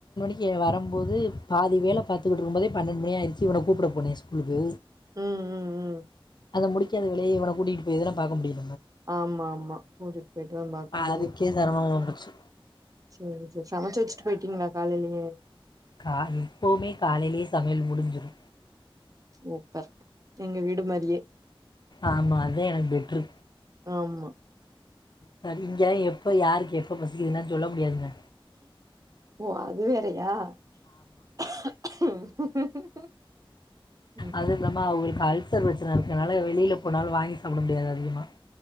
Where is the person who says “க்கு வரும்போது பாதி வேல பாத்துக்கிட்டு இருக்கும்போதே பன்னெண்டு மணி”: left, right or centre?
Left